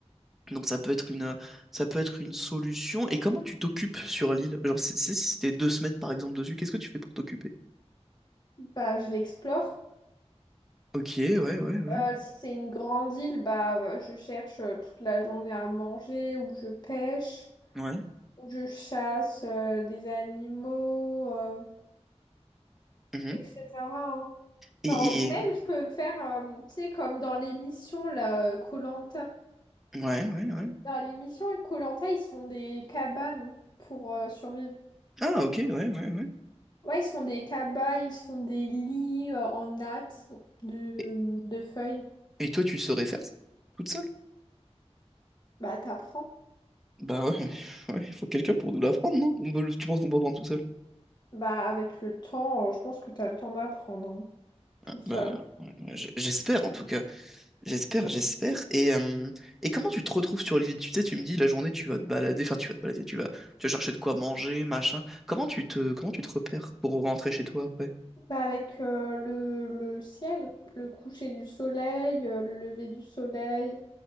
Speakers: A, in the centre; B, on the left.
A: Donc ça peut être une, euh, ça peut être une solution. Et comment tu t'occupes sur l'île? Genre, si si- si c'était deux semaines, par exemple, dessus, qu'est-ce que tu fais pour t'occuper?
B: Bah je l'explore.
A: Ok, ouais, ouais, ouais.
B: Euh, si c'est une grande île, bah euh, je cherche euh, toute la journée à manger, ou je pêche,
A: Ouais.
B: ou je chasse euh, des animaux, euh,
A: Mhm.
B: etc. hein.
A: Et,
B: Genre, ou
A: et-
B: même je peux faire, euh, tu sais, comme dans l'émission là, koh Dans
A: Ouais, ouais, ouais.
B: l'émission koh ils se font des cabanes pour euh, survivre.
A: Ah, ok, ouais, ouais, ouais.
B: Ouais, ils se font des cabanes, ils se font des lits euh, en natte de,
A: Et,
B: de feuilles.
A: et toi, tu saurais faire ça? Toute seule?
B: Bah t'apprends.
A: Bah ouais, mais- <laughs> ouais, il faut quelqu'un pour nous l'apprendre, non? On peut le- tu penses qu'on peut apprendre tout seul?
B: Bah, avec le temps, euh, je pense que t'as le temps d'apprendre, hein, tout
A: Ah,
B: seul.
A: Bah, ouais, ouais, j- j'espère en tout cas. J'espère, j'espère. Et, euh, et comment tu te retrouves sur l'île? Tu sais, tu me dis la journée tu vas te balader, enfin tu vas te balader, tu vas, tu vas chercher de quoi manger, machin. Comment tu te, comment tu te repères pour rentrer chez toi après?
B: Bah, avec euh, le, le ciel, le coucher du soleil, euh, le lever du soleil.